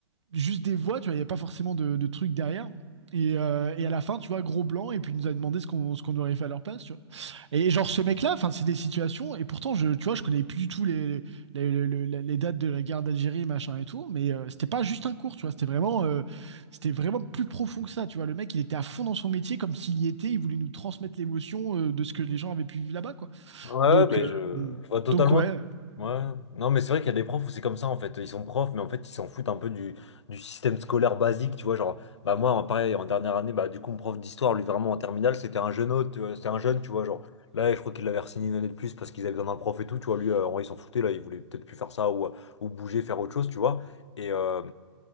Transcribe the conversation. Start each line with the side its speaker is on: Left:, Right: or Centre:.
Right: juste des voix, tu vois, il n'y avait pas forcément de, de trucs derrière. Et, euh, et à la fin, tu vois, gros blanc, et puis il nous a demandé ce qu'on, ce qu'on aurait fait à leur place, tu vois. Et genre ce mec-là, enfin c'est des situations et pourtant je, tu vois, je connais plus du tout les les, les, les- dates de la guerre d'Algérie machin et tout, mais euh, c'était pas juste un cours, tu vois, c'était vraiment euh, c'était vraiment plus profond que ça, tu vois. Le mec, il était à fond dans son métier comme s'il y était, il voulait nous transmettre l'émotion euh, de ce que les gens avaient pu vivre là-bas, quoi.
Left: Ouais,
Right: Donc
Left: mais
Right: euh,
Left: je, je vois totalement.
Right: donc ouais,
Left: Ouais. Non, mais c'est vrai qu'il y a des profs où c'est comme ça, en fait. Ils sont profs, mais en fait, ils s'en foutent un peu du, du système scolaire basique, tu vois. Genre, bah, moi, pareil, en dernière année, bah, du coup, mon prof d'histoire, lui, vraiment, en terminale, c'était un jeune autre, tu vois, c'était un jeune, tu vois. Genre, là, je crois qu'il l'avait re-signé une année de plus parce qu'ils avaient besoin d'un prof et tout, tu vois. Lui, euh, en vrai, il s'en foutait, là, il voulait peut-être plus faire ça ou, ou bouger, faire autre chose, tu vois. Et, euh,